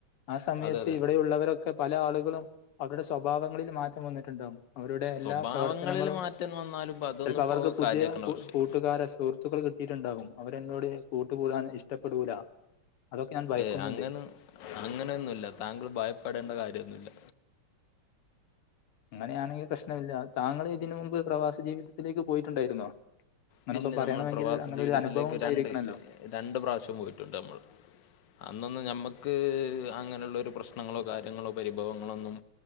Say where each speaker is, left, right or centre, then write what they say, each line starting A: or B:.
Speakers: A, on the left; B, on the left.
A: ആ സമയത്ത്
B: അതെ അതെ
A: ഇവിടെയുള്ളവരൊക്കെ പല ആളുകളും അവരുടെ സ്വഭാവങ്ങളിൽ മാറ്റം വന്നിട്ടുണ്ടാവും. അവരുടെ എല്ലാ
B: സ്വഭാവങ്ങളിൽ
A: പ്രവർത്തനങ്ങളും
B: മാറ്റം വന്നാലും ഇപ്പം അതൊന്നും
A: ചിൽപ്പോൾ
B: ഇപ്പോൾ
A: അവർക്ക് പുതിയ
B: കാര്യമാക്കേണ്ട
A: കൂ
B: ആവശ്യം
A: കൂട്ടുകാരെ സുഹൃത്തുക്കൾ കി ട്ടീട്ടണ്ടാകും. അവരെന്നോട് കൂട്ടു കൂടാൻ ഇഷ്ടപ്പെടൂല. അതൊക്കെ ഞാൻ ഭയക്കുന്നുണ്ട്
B: ഏ അങ്ങനെ അങ്ങനൊന്നുല്ല താങ്കൾ ഭയപ്പെടേണ്ട കാര്യന്നൂല്ല.
A: അങ്ങനെയാണെങ്കി പ്രശ്നമില്ല. താങ്കൾ ഇതിന് മുമ്പ് പ്രവാസ ജീവിതത്തിലേക്ക് പോയിട്ടുണ്ടായിരുന്നോ? അങ്ങനൊക്കെ
B: പിന്നെ
A: പറയണമെങ്കിൽ
B: നമ്മൾ പ്രവാസ
A: അങ്ങനെ
B: ജീവിതത്തിലേക്ക്
A: ഒരു അനുഭവം ഉണ്ടായിരിക്കണല്ലോ
B: രണ്ട് രണ്ട് പ്രാവശ്യം പോയിട്ടുണ്ട് നമ്മൾ. അന്നൊന്ന് ഞമ്മക്ക് അങ്ങനെയുള്ളരു പ്രശ്നങ്ങളോ കാര്യങ്ങളോ പരിഭവങ്ങളൊന്നും